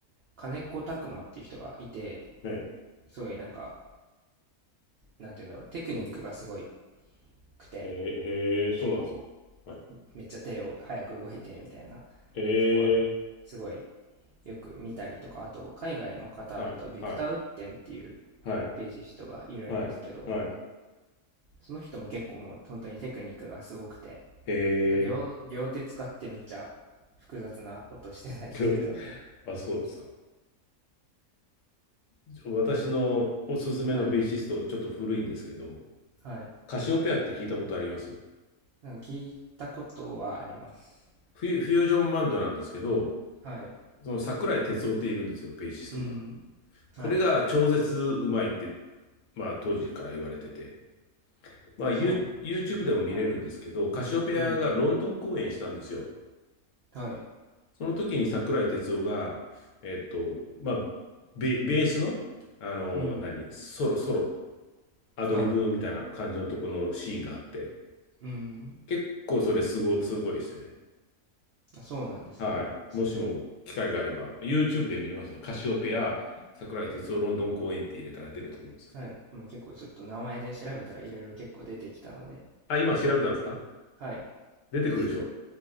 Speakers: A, on the right; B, on the left.
A: 金子拓馬っていう人がいて、
B: ええ。
A: すごいなんか、なんて言うんだろう、テクニックがすごい
B: うん。
A: くて、
B: ええ、へえ、そうなんです
A: 結構、
B: か。はい。
A: めっちゃ手を早く動いてみたいな
B: ええ、
A: ところですごいよく見たりとか、あと海外の方だとビクター・
B: はい。はい。
A: ウッテンっていう
B: はい。
A: ベーシストがいるんですけど、
B: はい。はい。
A: その人も結構もう本当にテクニックがすごくて、
B: ええ、
A: なんか両、両手使ってめっちゃ複雑なことしてたりするので、
B: そうです。あ、そうですか。じゃあ私のおすすめのベーシスト、
A: はい。
B: ちょっと古いんですけど、
A: はい。
B: カシオペアって聞いたことありますフ
A: なんか聞いたことはあります。
B: ュ、フュージョンバンドなんですけど、
A: はい。
B: その桜井哲夫っているんですよ、ベーシストが。
A: うん。はい。
B: これが超絶うまいって、まあ当時から言われてて、まあ、
A: そうなんですね。
B: ユー YouTube でも見れるんですけど、
A: はい。
B: カシオペアがロンドン公演したんですよ。
A: うん。はい。
B: その時に桜井哲夫が、えっと、まあ、ベ、ベースの、あの、
A: うん。
B: 何、ソロ、ソロ、アドリブみたいな感じのところのシーンがあって、
A: はい。うん。
B: 結構それすご、すごいですよね。
A: あ、そうなんですね。
B: はい。
A: ちょっと、
B: もしも機会があれば、YouTube で見れますよ。カシオペア、桜井哲夫ロンドン公演って入れたら出ると思うんです。
A: はい。今結構ちょっと名前で調べたらいろいろ結構出てきたので、
B: あ、今調べたんですか
A: はい。
B: 出てくるでしょ
A: ちょっと、